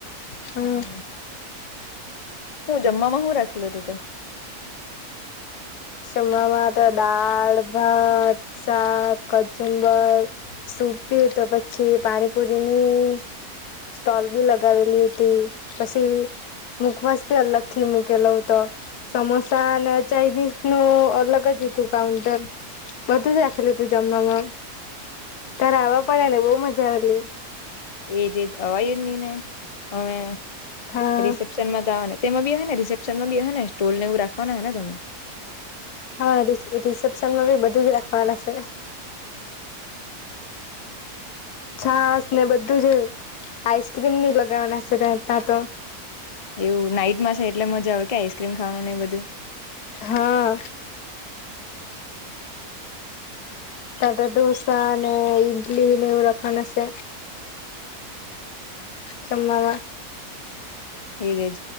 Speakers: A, on the left; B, on the left.
A: હમ
B: હા હું જમમાં શું રાખેલો હતો તો
A: જમમાં તો દાળ ભાત શાક કચુંબર ડૂભી તો પછી પાણીપુરી ની સ્ટોલ બી લગાવેલી હતી પછી મુૂકવાસ્થી અલગ થી મૂકેલો તો સમોસા અને ચાઇનીઝ નું અલગ જ હતું કાઉન્ટર બધું જ રાખેલું તું જમવામાં તાર આવવા પડેને બહુ મજા આવેલી
B: એજ એજ અવાજ જ ની ને અમે
A: હા
B: રિસેપ્શન માં તો આવવાને તેમાં બી હ ને રિસેપ્શન માં બી હ ને સ્ટોલ ને એવું રાખવાના હો ને તમે
A: હા રિસેપ્શનમાં બી બધું જ રાખવાના છે છાસ ને બધું જ આઈસક્રીમ ન લગાવના સ ત્યા તો
B: એવું નાઈટમાં છે એટલે મજા આવે કે આઈસ્ક્રીમ ખાવાનું ને એ બધું
A: હા ટાટા ડોસા ને ઇડલી નેવ રાખણશે કેમામાં
B: એજ